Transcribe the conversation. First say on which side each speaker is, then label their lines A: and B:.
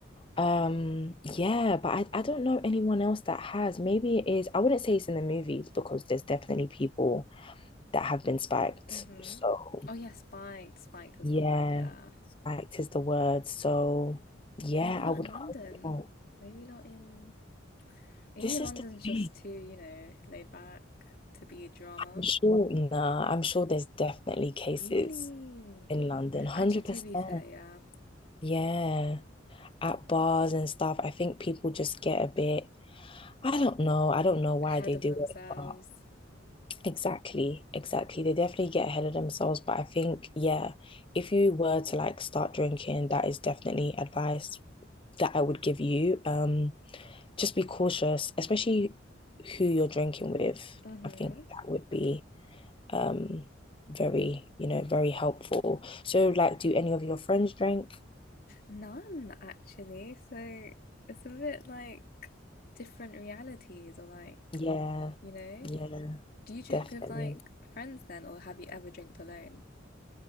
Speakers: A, on the left; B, on the left.
A: Um, yeah, but I, I don't know anyone else that has. Maybe it is, I wouldn't say it's in the movies because there's definitely people that have been spiked.
B: Mm-hmm.
A: So.
B: Oh yeah, spiked. Spiked is
A: Yeah,
B: the word, yeah.
A: fact is the word. So, yeah,
B: Maybe
A: I
B: not
A: would
B: in London.
A: hope not.
B: Maybe not in Maybe
A: This
B: London's
A: is the thing.
B: just too, you know, laid back to be a drama.
A: I'm sure, nah, I'm sure there's definitely cases
B: Really?
A: in London, 100%.
B: Actually, to be fair, yeah.
A: Yeah, at bars and stuff. I think people just get a bit, I don't know. I don't know why
B: Ahead
A: they
B: of
A: do
B: themselves.
A: it, but exactly, exactly. They definitely get ahead of themselves. But I think, yeah, if you were to like start drinking, that is definitely advice that I would give you. Um, just be cautious, especially who you're drinking with.
B: Mm-hmm.
A: I think that would be um very, you know, very helpful. So like do any of your friends drink?
B: None, actually. So it's a bit like different realities, or like,
A: Yeah.
B: you know?
A: Yeah,
B: Do you drink
A: definitely.
B: with like friends then, or have you ever drank alone?